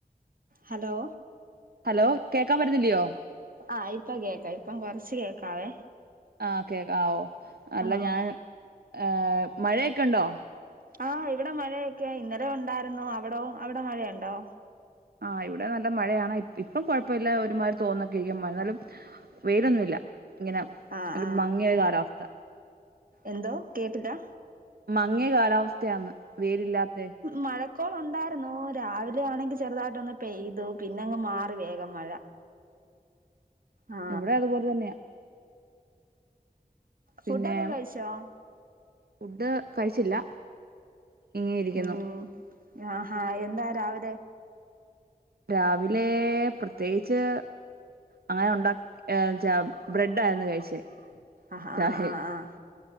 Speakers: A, on the right (about 65°); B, on the right (about 80°).
A: ഹലോ
B: ഹലോ കേക്കാൻ പറ്റുന്നില്ലയോ
A: ആഹ് ഇപ്പം കേക്കാ ഇപ്പം കൊറച്ച് കേക്കാവേ
B: ആഹ് കേക്കാവോ അല്ല
A: ആ
B: ഞാന് ഏഹ് മഴയൊക്കെണ്ടോ
A: ആഹ് ഇവിടെ മഴയൊക്കെ ഇന്നലെ ഉണ്ടായിരുന്നു അവിടോ അവിടെ മഴയുണ്ടോ
B: ആഹ് ഇവിടെ നല്ല മഴയാണ് ഇ ഇപ്പം കൊഴപ്പവില്ല ഒരുമാരി തോർന്നൊക്കെയിരിക്കും മഴന്നാലും വെയിലൊന്നുല്ല ഇങ്ങനെ
A: ആ
B: ഒരു
A: ആ
B: മങ്ങിയൊരു കാലാവസ്ഥ
A: എന്തോ കേട്ടില്ലാ
B: മങ്ങിയ കാലാവസ്ഥയാണ് വേയിലില്ലാത്തെ
A: മഴക്കോള്ണ്ടായിരുന്നു രാവിലെ ആണെങ്കി ചെറുതായിട്ടൊന്ന് പെയ്തു പിന്നെങ്ങ് മാറി വേഗം മഴ ആ
B: ഇവിടെ അതുപോലെ തന്നെയ പിന്നെ
A: ഫുഡൊക്കെ കഴിച്ചോ
B: ഫുഡ് കഴിച്ചില്ല ഇങ്ങനെ ഇരിക്കുന്നു
A: ഉം ആഹാ എന്താ രാവിലെ
B: രാവിലേ പ്രത്യേയ്ച്ച് അങ്ങനെ ഒണ്ടാക്ക ഏഹ് ചപ്പ് ബ്രെഡായിരുന്നു കഴിച്ചേ
A: അഹ്
B: ചാഹെ
A: ആ ആ ആഹ്